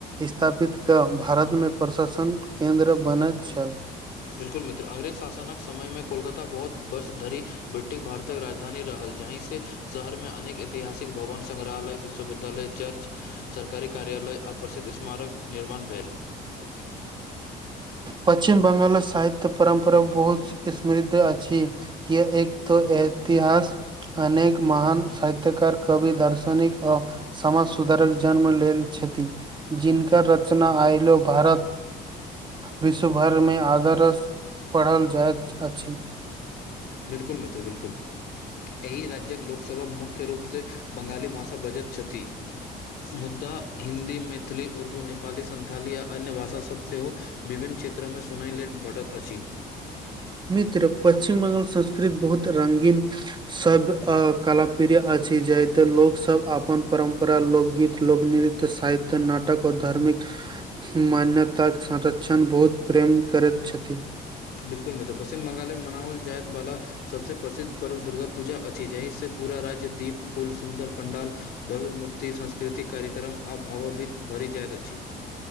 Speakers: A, on the right (about 25°); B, on the left (about 70°).
A: स्थापित क भारत मे प्रशासन केन्द्र बनैत छल।
B: बिलकुल मित्र अंग्रेज शासनक समय मे कोलकाता बहुत वर्ष धरि ब्रिटिश भारतक राजधानी रहल जहिं से शहरमे अनेक ऐतिहासिक भवन संग्रहालय विश्वविद्यालय चर्च। सरकारी कार्यालय आ प्रसिद्ध इस्मारक निर्माण भेल
A: पश्चिम बङ्गाल साहित्य परम्परा बहुत इसमृद्ध अछि एक तऽ ऐतिहास। अनेक महान साहित्यकार कवि दार्शनिक आ समाज सुधारक जन्म लेल छथि जिनका रचना आयलो भारत विश्व भरिमे आदर्सँ पढ़ल जाइत अछि।
B: बिलकुल मित्र बिलकुल एहि राज्य्क लोक। सभक मुख्य रूपसँ बंगाली भाषा बजैत छथि। मुदा हिन्दी मैथिली उर्दू नेपाली संन्थाली आओ अन्य भाषा सभ सेहो। विभिन्न क्षेत्रमे सुनय लेल भेटत अछि।
A: मित्र पश्चिम बंगाल संस्कृति बहुत रंगीन। सब कला प्रिय अछि जाहिते लोक सब अपन परम्परा लोकगीत लोक नृत्य सहित्य नाटक ओ धार्मिक। मान्यताक संरक्षण बहुत प्रेम करैत छथि।
B: बिल्कु मित्र पश्चिम बंगाल मे मनाओल जायत बाला। सबस प्रसिद्ध पर्व दुर्गा पूजा अछि जहिसँ पूरा राज्य दीप फूल सुन्दर पंण्डाल। भव्य मूर्ति सास्कृतिक कार्यक्रम आ भावभीत भरि जाइत अछि।